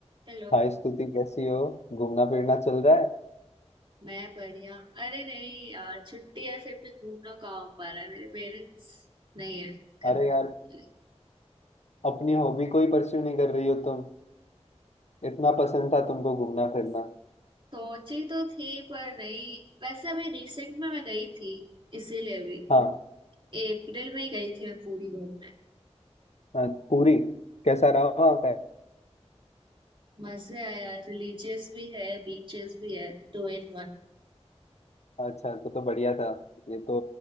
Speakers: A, on the right; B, on the left.
A: चलो
B: हाय स्तुति कैसी हो घूमना फिरना चल रहा है
A: मैं बढ़िया अरे नहीं यार छुट्टी है फिर भी घूमना कहाँ हो पा रहा है मेरे पेरेंट्स नहीं है घर
B: अरे
A: पे actually।
B: यार अपनी हॉबी को ही परस्यू नहीं कर रही हो तुम इतना पसंद था तुमको घूमना फिरना
A: सोची तो थी पर नहीं वैसे अभी रिसेंट में मैं गई थी इसीलिए भी
B: हाँ
A: अप्रैल में ही गई थी मैं पूरी घूमने
B: हाँ पूरी कैसा रहा वहाँ का
A: मजे आए यार रिलीजियस भी है बीचेस भी है टू इन वन
B: अच्छा तो तो बढ़िया था ये तो